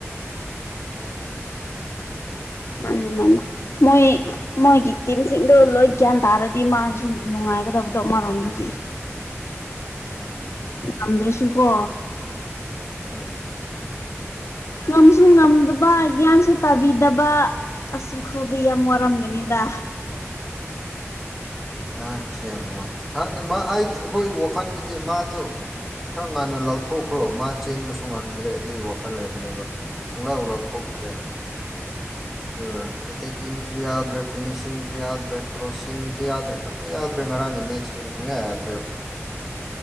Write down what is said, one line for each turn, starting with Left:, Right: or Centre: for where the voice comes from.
Centre: <inaudible>
Left: ꯃꯥꯅꯦ ꯃꯣꯏ ꯃꯣꯏꯒꯤ ꯇꯤꯝꯁꯤꯡꯗꯣ ꯂꯣꯏ ꯒ꯭ꯌꯥꯟ ꯇꯥꯔꯗꯤ ꯃꯥꯁꯨ ꯅꯨꯡꯉꯥꯏꯒꯗꯕꯅꯦ ꯇꯣꯞ ꯑꯃꯔꯣꯝꯗꯗꯤ
Centre: ꯑ
Left: ꯉꯝꯗ꯭ꯔꯁꯨ ꯀꯣ
Centre: ꯑꯝ
Left: ꯉꯝꯁꯨ ꯉꯝꯗꯕ ꯒ꯭ꯌꯥꯟꯁꯨ ꯇꯥꯕꯤꯗꯕ ꯑꯁ ꯋꯥꯈꯜꯗꯤ ꯌꯥꯝ ꯋꯥꯔꯝꯒꯅꯤꯗ
Centre: <inaudible> ꯉꯔꯥꯡꯁꯦ ꯌꯥꯝ ꯅꯨꯡꯉꯥꯏꯇꯦ ꯈꯪꯗꯦ ꯃꯥ ꯑꯩꯗꯤ ꯑꯩꯈꯣꯏ ꯋꯥꯈꯜꯗꯗꯤ ꯃꯥꯗꯣ ꯈꯔ ꯉꯥꯟꯅ ꯂꯧꯊꯣꯛꯈ꯭ꯔꯣ ꯃꯥ ꯆꯦꯟꯕꯁꯨ ꯉꯝꯗ꯭ꯔꯦ ꯑꯗꯨꯒꯤ ꯋꯥꯈꯜ ꯂꯩꯕꯅꯦꯕ ꯁꯨꯡꯂꯥꯎ ꯂꯥꯎꯊꯣꯛꯇ꯭ꯔꯦ ꯑꯗꯨꯒ ꯑꯦꯇꯦꯛ ꯀꯤꯡꯁꯨ ꯌꯥꯎꯗ꯭ꯔꯦ ꯐꯤꯅꯤꯁꯤꯡꯁꯨ ꯌꯥꯗ꯭ꯔꯦ ꯀ꯭ꯔꯣꯁꯤꯡꯁꯨ ꯌꯥꯗ꯭ꯔꯦ ꯑꯝꯇ ꯌꯥꯗ꯭ꯔꯦ ꯉꯔꯥꯡꯒꯤ ꯃꯦꯠꯁ ꯇꯣ ꯁꯨꯡꯌꯥ ꯌꯥꯗ꯭ꯔꯦꯕ